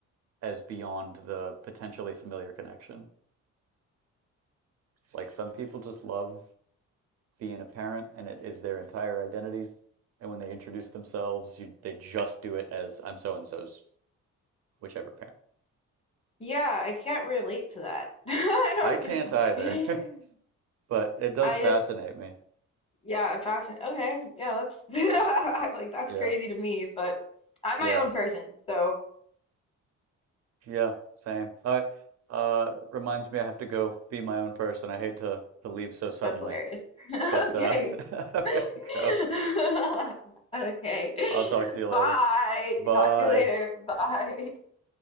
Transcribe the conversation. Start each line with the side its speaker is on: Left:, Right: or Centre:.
Right: as beyond the potentially familiar connection. Like some people just love being a parent and it is their entire identity. And when they introduce themselves, you, they just do it as I'm so and so's whichever parent.
Left: Yeah, I can't relate to that. <laughs> I don't
Right: I can't
Left: know.
Right: either, <laughs> but it does
Left: I
Right: fascinate
Left: just,
Right: me.
Left: yeah, I'm fascinated. Okay, yeah, that's <laughs> I- like that's
Right: Yeah.
Left: crazy to me, but I'm
Right: Yeah.
Left: my own person, so
Right: Yeah, same. I, uh, reminds me I have to go be my own person. I hate to to leave so suddenly,
Left: that's hilarious. <laughs> Okay.
Right: but uh, <laughs> I've
Left: <laughs>
Right: got to go.
Left: Okay.
Right: I'll talk to you later.
Left: Bye.
Right: Bye.
Left: Talk to you later. Bye.